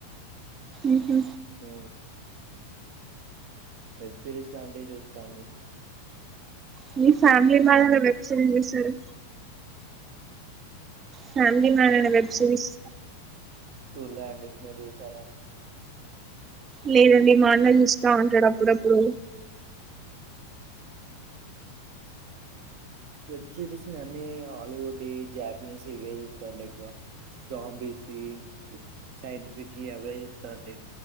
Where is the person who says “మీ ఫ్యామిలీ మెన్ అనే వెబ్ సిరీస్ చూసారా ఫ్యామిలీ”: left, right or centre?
Right